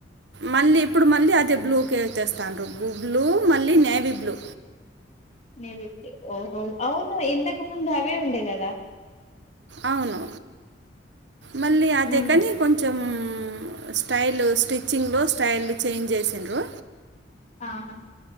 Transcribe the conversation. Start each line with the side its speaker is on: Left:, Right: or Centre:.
Right: మల్లి ఇప్పుడు మల్లి అదే బ్లూ కేేల్ చేస్తారూ బ్లూ మళ్ళీ నేవీ బ్లూ
Left: నేవీ బు ఓహో అవును ఇంతకు ముందు అవే ఉండే కదా
Right: అవును మళ్ళీ అదే
Left: ఉమ్
Right: కదా కాని కొంచెం స్టైల్ స్టిచ్చింగ్ స్టైల్ చేంజ్ చేసిండ్రు
Left: ఆహా